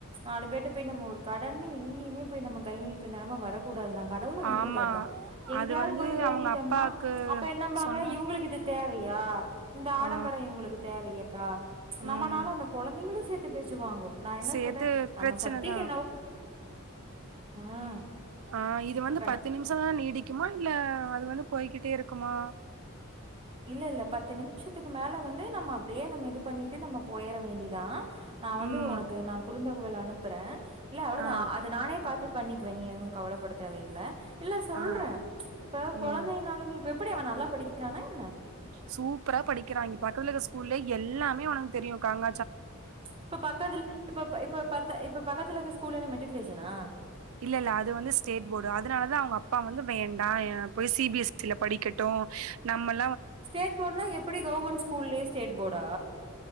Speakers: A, on the right; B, on the right.
A: நாலு பேருட்ட போய் நம்ம ஒரு கடன்னு எங்கியுமே போய் நம்ம கை நீட்டு நெலம வரக்கூடாதுனா கடவுள வேன்றது
B: ஆமா
A: அத்தா எங்யாவ்து
B: அது வந்து
A: போய் வேண்டிட்டம்னா
B: அவங்க அப்பாக்கு
A: அப்ப என்னம்பாங்க
B: சொன்னா
A: இவுங்ளுக்கு இது தேவை யா இந்த ஆடம்பரோ
B: ஆ
A: இவுங்ளுக்கு தேவயா நம்மனால
B: ம்
A: அந்த கொழந்தைங்களு த்துட்டு பே ட்டுவாங்கோ நா என்ன
B: சேத்து
A: சொல்றே நம்ம
B: பிரச்சனதா
A: சத்தி கே ம்
B: ஆ இது வந்து
A: இப்ப
B: பத்து
A: நா
B: நிமிஷந்தா நீடிக்குமா இல்ல அது வந்து போய்கிட்டே இருக்குமா
A: இல்ல இல்ல பத்து நிமிஷத்துக்கு மேல வந்து நம்ம அப்படியே நம்ம இது பண்ணிட்டு நம்ம போயற வேண்டிதா நா வந்து
B: ம்
A: உனக்கு நா குருத குவல அனுப்புற இல்ல அவ்வளோதா
B: ஆ
A: அது நானே பாத்து பண்ணி வனின்னு கவலப்பட தேவையில்ல இல்ல சொல்றே
B: ஆ ஆ
A: இப்ப
B: ம்
A: குழந்தைனாலுமே இப்ப அப்டி அவ நல்லா படிக்கிறானா என்ன
B: சூப்பரா படிக்கிறா பக்கத்துல இருக்க ஸ்கூல்லே எல்லாமே உனக்கு தெரியு காங்க
A: இப்ப பக்கத்து இப்பப் இப்ப ப இப்ப பக்கத்துல ஸ்கூல் என்ன மட்டு குலேஷனா
B: இல்ல இல்ல அது வந்து ஸ்டேட் போர்டு அதனாலதா அவங்க அப்பா வந்து வேண்டா போய் சி பி எஸ் சில படிக்கட்டு நம்மள்
A: ஸ்டேட் போர்ட்னா எப்டி கவுவர்மெண்ட் ஸ்கூல்லயே ஸ்டேட் போடா